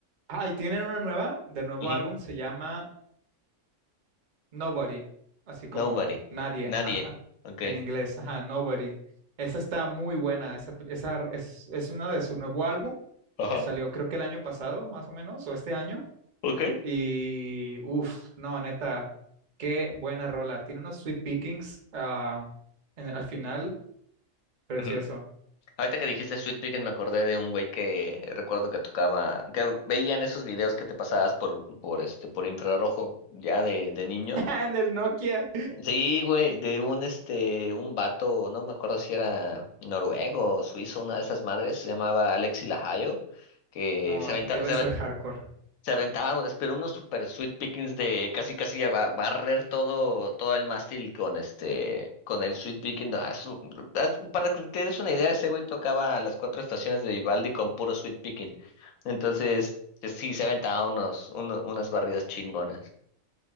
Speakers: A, on the right; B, on the left.
A: Ah, y tienen una nueva, de nuevo
B: Ujú.
A: álbum, se llama Nobody, así como
B: Nobody.
A: nadie,
B: Nadie.
A: <laughs> ajá,
B: Ok.
A: en inglés, ajá, Nobody. Esa está muy buena, esa, esa es, es una de su nuevo álbum,
B: Ajá,
A: que salió creo que el año pasado, más o menos, o este año,
B: ok.
A: y uff, no, neta, qué buena rola. Tiene unos sweet pickings ah, en- al final, precioso.
B: Ujú. Ahorita que dijiste Sweet Pickin' me acordé de un güey que recuerdo que tocaba, que veían esos videos que te pasabas por, por este, por infrarrojo ya de, de niño.
A: Ah, en el Nokia.
B: Sí, güey, de un este, un vato, no me acuerdo si era noruego o suizo, una de esas madres, se llamaba Alexi Lahayo, que
A: No,
B: se aventaba,
A: debe ser hardcore.
B: Se aventaba, unos- pero unos super sweet pickings de casi casi a ba- barrer todo, todo el mástil con este, con el sweet picking. Ah, es un- as- para que te des una idea, ese güey tocaba las cuatro estaciones de Vivaldi con puro sweet picking. Entonces, eh, sí, se aventaba unos, uno- unas barridas chingonas.